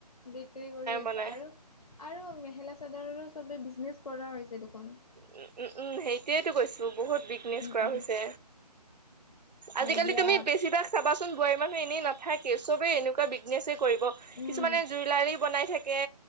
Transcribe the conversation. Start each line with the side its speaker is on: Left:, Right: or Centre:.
Left: বিক্ৰী কৰি আছে
Right: বনাই
Left: আৰু- আৰু মেখেলা চাদৰৰো চবে বিজনেচ কৰা হৈছে দেখোন।
Right: উম' উম' উম' সেইটোৱেটো কৈছো, বহুত বিজনেছ
Left: উম
Right: কৰা
Left: উম
Right: হৈছে।
Left: হয়
Right: আজিকালি
Left: দিয়া
Right: তুমি বেছিভাগ- চাবাচোন বোৱাৰী মানুহ এনেই নাথাকেই, চবেই এনেকুৱা বিজনেছেই কৰিব।
Left: উম
Right: কিছুমানে জুইলাৰি বনাই থাকে।